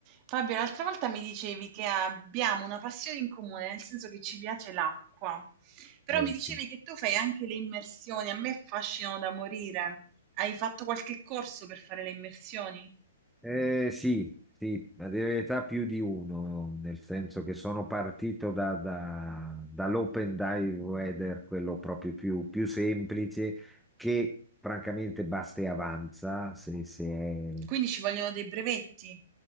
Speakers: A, on the right; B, in the centre.
A: Fabio, l'altra volta mi dicevi che abbiamo una passione in comune, nel senso che ci piace l'acqua, però
B: No,
A: mi dicevi
B: sì.
A: che tu fai anche le immersioni, a me affascinano da morire. Hai fatto qualche corso per fare le immersioni?
B: Eh, sì, sì, a dire la verità più di uno, nel senso che sono partito da- da- dall'open dive weather, quello proprio più, più semplice, che francamente basta e avanza se, se è
A: Quindi ci vogliono dei brevetti.